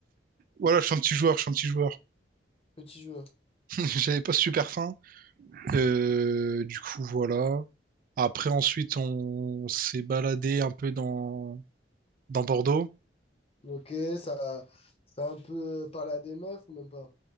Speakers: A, on the right; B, on the left.
A: Voilà, je suis un petit joueur, je suis un petit joueur.
B: petit joueur.
A: <laughs> J'avais pas super faim. Euh, du coup, voilà. Après, ensuite, on s'est baladé un peu dans... dans Bordeaux.
B: Ok, ça, ça a un peu euh, parlé à des meufs ou même pas?